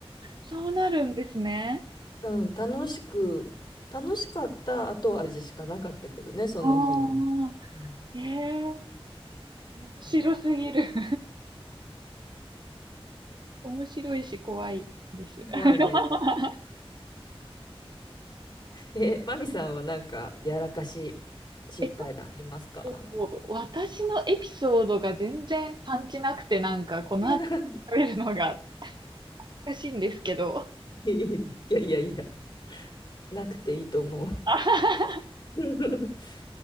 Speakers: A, on the right; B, on the left.
A: そうなるんですね。
B: うん、楽しく、楽しかった後味しかなかったけどね、その日の。
A: ああ、
B: うん、
A: ええ、面白すぎる。
B: そう
A: <laughs> 面白いし怖いです。<laughs>
B: 怖いね。え、マミさんはなんか、やらかし失敗談ありますか
A: え、ともう私のエピソードが全然パンチなくて、なんかこの後食べるのが
B: <laughs>
A: 難しいんですけど。
B: いやいやいや、なくていいと思う。
A: <laughs>
B: <laughs>